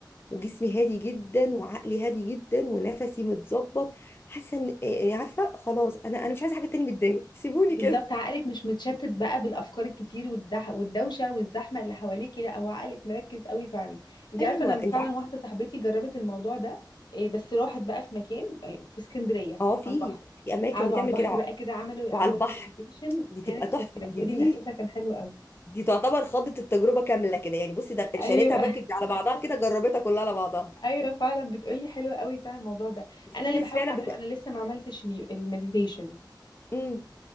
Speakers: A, on the left; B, on the left.
A: وجسمي هادي جدا وعقلي هادي جدا ونفسي متظبط حاسه ان إيه، عارفه خلاص انا انا مش عايزه حاجه تانية من الدنيا <laughs> سيبوني كده
B: بالظبط عقلك مش متشتت بقى بالافكار الكتير والدح والدوشه والزحمه اللي حواليكي لا هو عقلك مركز قوي فعلا انت
A: ايوه
B: عارفه انا فعلا
A: انت عارفه
B: واحده صاحبتي جربت الموضوع ده إيه، بس راحت بقى في مكان إيه، في اسكندريه
A: اه في
B: على البحر
A: في اماكن
B: قعدوا
A: بتعمل
B: على البحر
A: كده وع-
B: بقى كده عملوا
A: وعلى
B: عملوا
A: البحر
B: المديتيشن
A: دي
B: كانت
A: تبقى تحفه
B: خطيره بتقولي
A: دي دي
B: ان احساسها كان حلو قوي
A: دي تعتبر خضت التجربه كامله كده يعني بصي ده
B: ايوه
A: شريتها باكج على بعضها كده جربتها كلها على بعضها
B: <laughs> ايوه فعلا بتقولي حلو قوي فعلا الموضوع ده
A: وفي
B: انا اللي
A: ناس
B: بحاول
A: فعلا
B: اعمله
A: بت...
B: انا لسه ما عملتش ليه المديتيشن
A: امم